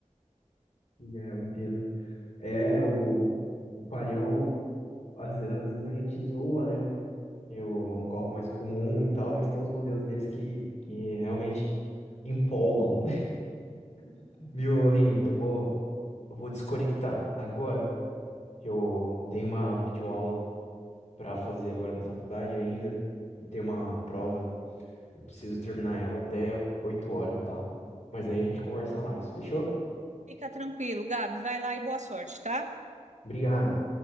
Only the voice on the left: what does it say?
É, eu entendo. É, o, o palhão, às, às vezes a gente zoa, né? que o, um carro mais comum e tal, mas tem uns modelos deles que, que realmente empolgam. <laughs> Viu, Aline? Eu vou, eu vou desconectar agora, que eu tenho uma videoaula para fazer agora da faculdade ainda, e tem uma prova, eu preciso terminar ela até 8 horas, tá? Mas aí a gente conversa mais, fechou?
Obrigado.